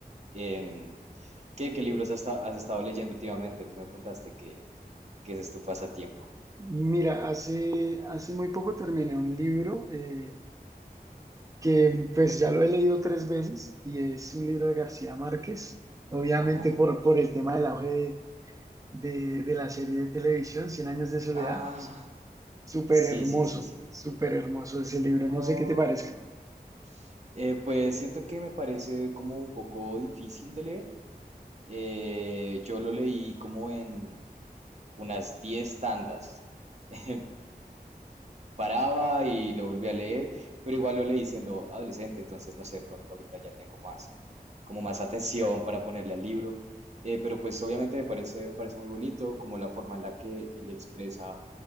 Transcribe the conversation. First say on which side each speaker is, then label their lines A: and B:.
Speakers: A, on the right; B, on the right.
A: Em, ¿qué, qué libros has, esta- has estado leyendo últimamente? Tú me contaste que, que ese es tu pasatiempo.
B: <laughs> Mira, hace, hace muy poco terminé un libro eh, que pues ya lo he leído tres veces y es un libro de García Márquez, obviamente
A: Ajá.
B: por, por el tema del auge de, de, de la serie de televisión, Cien años de soledad.
A: Ah,
B: Súper
A: sí,
B: hermoso,
A: sí, sí, sí.
B: súper hermoso ese libro,
A: Oh.
B: no sé qué te parezca.
A: Eh, pues siento que me parece como un poco difícil de leer. Eh, yo lo leí como en unas 10 tandas. <laughs> paraba y lo volví a leer, pero igual lo leí siendo adolescente, entonces no sé, de pronto ahorita ya tengo más, como más atención para ponerle al libro, eh, pero pues obviamente me parece, me parece muy bonito como la forma en la que él expresa,